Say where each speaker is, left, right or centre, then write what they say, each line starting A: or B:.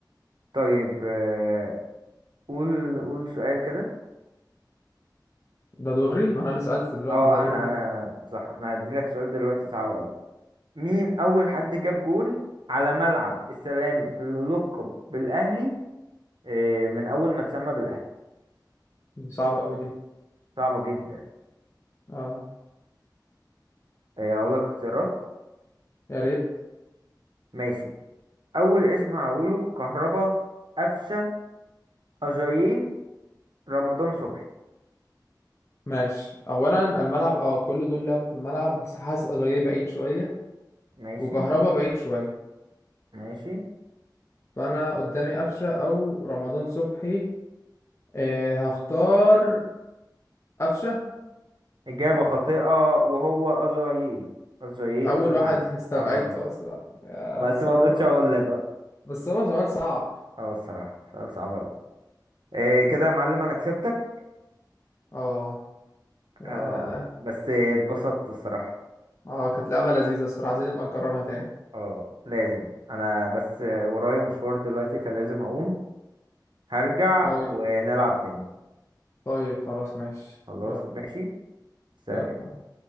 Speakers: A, on the right; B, on the left.
A: طيب آه قول قول سؤال كده
B: ده دوري ما انا اللي سألت دلوقتي
A: اه
B: ده دورك
A: انا انا انا صح انا هدي لك سؤال دلوقتي صعب قوي مين اول حد جاب جول على ملعب السلام اللي لقب بالاهلي آه، من اول ما اتسمى بالاهلي
B: انت صعب قوي دي
A: صعبة جدا
B: اه
A: آه، اقول لك اختيارات
B: يا ريت
A: ماشي اول اسم هقوله كهربا قفشة اجاييه رمضان صبحي
B: ماشي اولا الملعب اه كل دول لعبوا في الملعب بس حاسس اجاييه بعيد شويه
A: ماشي
B: وكهربا بعيد شويه
A: ماشي
B: فانا قدامي قفشه او رمضان صبحي إيه هختار قفشه
A: اجابة خاطئة وهو اجاييه اجاييه
B: اول
A: اول
B: واحد
A: حد
B: <laughs> استبعدته
A: اه
B: اصلا يا
A: بس
B: خساره
A: ما رضيتش اقول لك بقى
B: بس هو سؤال صعب
A: اه الصراحة سؤال صعب قوي آه، كده يا معلم انا كسبتك
B: اه اه
A: اه بس اتبسطت الصراحة
B: آه، كانت لعبه لذيذه الصراحه عايزين نبقى نكررها تاني
A: اه لازم انا بس ورايا مشوار دلوقتي فلازم اقوم هرجع
B: طيب
A: ونلعب تاني
B: طيب خلاص ماشي
A: خلاص
B: يلا
A: ماشي سلام
B: يلا